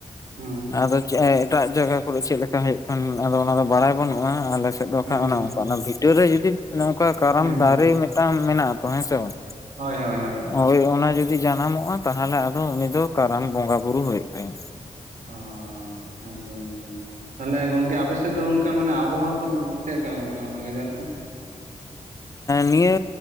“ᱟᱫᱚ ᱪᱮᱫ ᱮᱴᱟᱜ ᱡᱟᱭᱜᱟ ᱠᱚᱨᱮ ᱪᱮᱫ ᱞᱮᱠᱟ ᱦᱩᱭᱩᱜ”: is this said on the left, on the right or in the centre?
Left